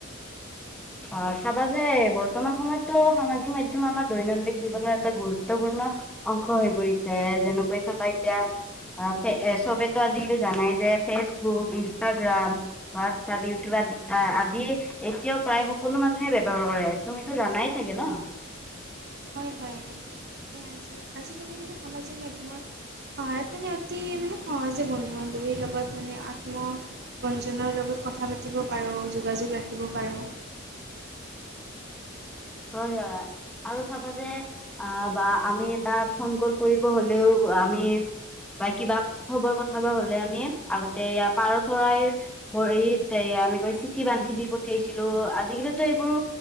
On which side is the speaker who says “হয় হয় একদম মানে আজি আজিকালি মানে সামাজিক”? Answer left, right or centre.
Right